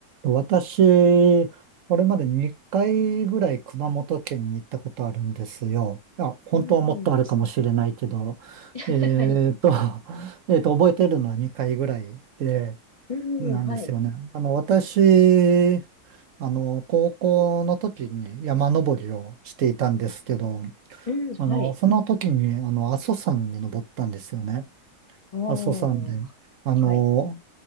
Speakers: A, on the right; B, on the left.
A: 私、これまで2回ぐらい熊本県に行ったことあるんですよ。あ、本当はもっとあるかもしれないけど、
B: うん。はい。
A: えっと、<laughs> えっと、覚えてるのは2回ぐらいで、
B: うん。
A: なんですよね。
B: はい。
A: あの、私、あの、高校の時に山登りをしていたんですけど、
B: うん。
A: あの、
B: はい。
A: その時に、あの、阿蘇山に登ったんですよね。
B: ああ。
A: 阿蘇山で。あの、
B: はい。